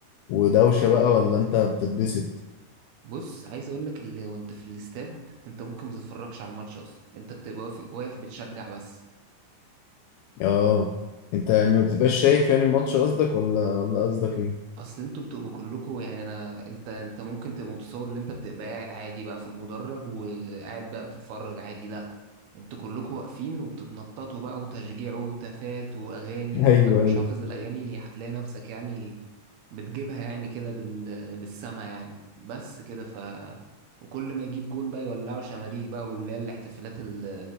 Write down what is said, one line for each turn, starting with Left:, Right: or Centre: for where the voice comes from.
Left: ودوشه بقى ولا انت بتتبسط
Right: بص عايز اقول لك اللي وانت في الاستاد انت ممكن ما تتفرجش على الماتش اصلا انت بتبقى واقف واقف بتشجع بس
Left: اه انت يعني ما بتبقاش شايف يعني الماتش قصدك ولا ولا قصدك ايه
Right: اصل انتوا بتبقوا كلكوا يعني انا انت انت ممكن تبقى متصور ان انت بتبقى قاعد عادي بقى في المدرج وقاعد بقى بتتفرج عادي لا انتوا كلكوا واقفين وبتتنططوا بقى وتشجيع وهتافات واغاني
Left: <laughs>
Right: حتى
Left: ايوه
Right: لو مش
Left: ايوه
Right: حافظ الاغاني هتلاقي نفسك يعني بتجيبها يعني كده بال... بالسما يعني بس كده ف وكل ما يجيب جون بقى يولعوا شماريخ بقى واللي هي الاحتفالات ال-